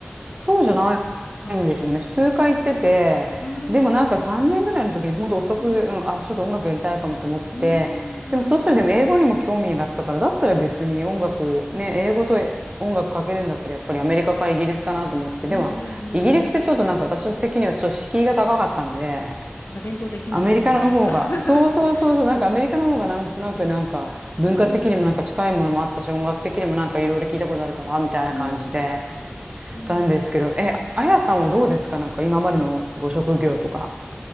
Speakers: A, on the right (about 30°); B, on the left (about 65°).
A: そうじゃないんですよね。
B: あ、
A: 普通科行ってて、
B: なるほど。
A: でもなんか3年ぐらいの時に本当遅く、
B: うん。
A: うん、あ、ちょっと音楽やりたいかもと思って、
B: うー
A: でもそうしたらでも英語にも興味があったから、
B: ん。
A: だったら別に音楽、ね、英語とえ音楽かけるんだったらやっぱりアメリカかイギリスかなと思って、
B: うんうんうんうん。
A: でもイギリスってちょっとなんか私的にはちょっと敷居が高かったので、
B: なんか伝統的みたいな感じですか
A: アメリカの方が、
B: <laughs>
A: そうそうそうそう、なんかアメリカの方がなんとなくなんか文化的にもなんか近いものもあったし、
B: うん。
A: 音楽的にもなんかいろいろ聞いたことあるから、みたいな感じで。
B: うー
A: たんですけど、
B: ん。
A: え、あやさんはどうですかなんか今までのご職業とか。